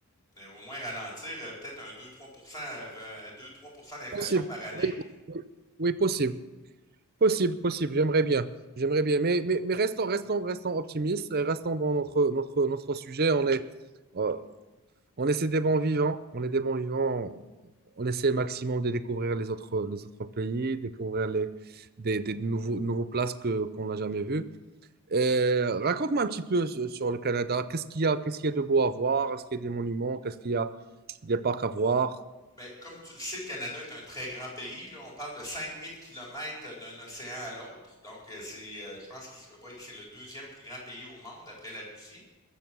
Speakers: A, on the left; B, on the right.
A: euh, au moins ralentir, euh, peut-être un 2-3%, euh, deux trois pour cent d'inflation
B: Possible.
A: par année.
B: Oui, oui, oui, possible. Possible, possible. J'aimerais bien. J'aimerais bien. Mais, mais, mais restons, restons, restons optimistes. Restons dans notre, notre, notre sujet. On est, euh, On essaie des bons vivants, on est des bons vivants, on essaie au maximum de découvrir les autres, les autres pays, découvrir les, des, des nouveaux, nouveaux places que, qu'on n'a jamais vues. Euh, raconte-moi un petit peu sur sur le Canada. Qu'est-ce qu'il y a, qu'est-ce qu'il y a de beau à voir? Est-ce qu'il y a des monuments? Qu'est-ce qu'il y a des parcs à voir?
A: Ben, comme tu le sais, le Canada est un très grand pays. Là, on parle de 5000 kilomètres euh, d'un océan à l'autre. Donc, euh, c'est, euh, je pense que c'est- ouais, que c'est le deuxième plus grand pays au monde après la Russie.